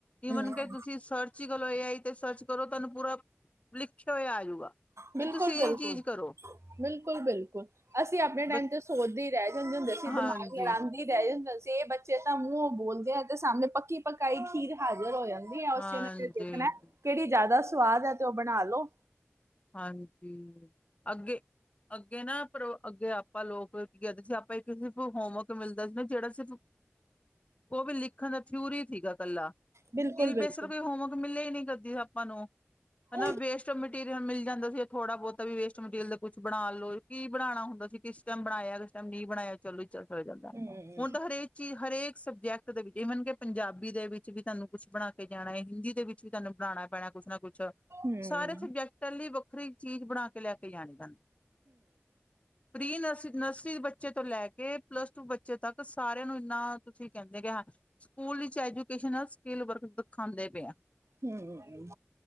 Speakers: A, on the left; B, on the right.
A: ਈਵਨ
B: ਹਮ
A: ਕਿ ਤੁਸੀਂ ਸਰਚ ਹੀ ਕਰਲੋ ਆ ਈ ਤੇ ਸਰਚ ਕਰੋ ਤਾਨੂੰ ਪੂਰਾ ਲਿਖਿਆ ਹੋਇਆ ਆਜੂਗਾ
B: ਬਿਲਕੁਲ
A: ਕਿ ਤੁਸੀਂ
B: ਬਿਲਕੁਲ
A: ਇਹ ਚੀਜ਼ ਕਰੋ।
B: ਬਿਲਕੁਲ, ਬਿਲਕੁਲ ਅਸੀਂ ਆਪਣੇ ਟੈਮ
A: ਬ
B: ਤੇ ਸੋਚਦੇ ਈ ਰੈ ਜਾਂਦੇ ਹੁੰਦੇ ਸੀ
A: ਹਾਂਜੀ,
B: ਦਿਮਾਗ ਲੜਾਂਦੀ ਰਹਿ ਜਾਂਦਾ ਸੀ, ਇਹ ਬੱਚੇ ਤਾਂ ਮੂਹੋ ਬੋਲਦੇ ਆ ਤੇ ਸਾਹਮਣੇ ਪੱਕੀ ਪੱਕਾਈ ਖੀਰ ਹਾਜ਼ਰ ਹੋ ਜਾਂਦਾ ਏ।
A: ਹਾਂਜੀ।
B: ਉਸ ਚ ਉਹਨੇ ਫਿਰ ਦੇਖਣਾ ਕਿਹੜੀ ਜ਼ਿਆਦਾ ਸਵਾਦ ਹੈ ਤੇ ਉਹ ਬਣਾ ਲੋ।
A: ਹਾਂਜੀ, ਅੱਗੇ ਅੱਗੇ ਨਾ ਪਰ ਅੱਗੇ ਆਪਾਂ ਲੋਕ ਕੀ ਕਹਦੇ ਸੀ ਆਪਾਂ ਇੱਕ ਸਿਰਫ ਹੋਮਵਰਕ ਮਿਲਦਾ ਸੀ ਨਾ ਜਿਹੜਾ ਸਿਰਫ ਓ ਵੀ ਲਿਖਣ ਦਾ ਥਿਊਰੀ ਸੀਗਾ ਕੱਲਾ।
B: ਬਿਲਕੁਲ
A: ਦਿਲ
B: ਬਿਲਕੁਲ
A: ਬੇਸਸ਼ਰਮ ਕੋਈ ਹੋਮਵਰਕ ਮਿਲਿਆ ਹੀ ਨਹੀਂ ਕਦੀ ਆਪਾਂ ਨੂੰ ਹਨਾ
B: ਉਹ
A: ਵੇਸਟ ਆਫ ਜੇ ਮਿਲ ਜਾਂਦਾ ਸੀ ਉਹ ਥੋੜਾ-ਬੋਤਾ ਵੀ ਵੇਸਟ ਮਟੀਰੀਅਲ ਕੁਛ ਬਣਾ ਲਓ ਕੀ ਬਣਾਣਾ ਹੁੰਦਾ ਸੀ ਕਿਸ ਟੈਮ ਬਣਾਇਆ। ਓਸ ਟੈਮ ਨੀ ਬਣਾਇਆ ਚਲੋ ਈ ਚਲ ਜਾਂਦਾ।
B: ਹਮ
A: ਹੁਣ ਤਾਂ ਹਰੇਕ ਚੀਜ਼, ਹਰੇਕ ਸਬਜੈਕਟ ਦੇ ਵਿੱਚ ਈਵਨ ਕਿ ਪੰਜਾਬੀ ਦੇ ਵਿੱਚ ਵੀ ਤੁਹਾਨੂੰ ਕੁਛ ਬਣਾ ਕੇ। ਜਾਣਾ, ਹਿੰਦੀ ਦੇ ਵਿੱਚ ਵੀ ਤੁਹਾਨੂੰ ਪੜ੍ਹਾਉਣਾ ਪੈਣਾ ਕੁਛ ਨਾ ਕੁੱਛ,
B: ਹਮ
A: ਸਾਰੇ ਸਬਜੈਕਟ। ਕੱਲੀ ਵੱਖਰੀ ਚੀਜ਼ ਬਣਾ ਕੇ ਲੈ ਕੇ ਜਾਣੀ ਆ ਤੁਹਾਨੂੰ ਪ੍ਰੀ ਨਰਸ ਨਰਸਰੀ ਬੱਚੇ ਤੋਂ ਲੈ ਕੇ ਪਲੱਸ ਟੂ ਬੱਚੇ ਤੱਕ ਸਾਰਿਆਂ ਨੂੰ ਇੰਨਾ ਤੁਸੀਂ ਕਹਿੰਦੇ ਕਿ ਸਕੂਲ ਵਿੱਚ ਐਜੂਕੇਸ਼ਨ ਨਾਲ ਸਕਿੱਲ ਵਰਕ ਖਾਦੇਂ ਪਏ।
B: ਹਮ ਹਮ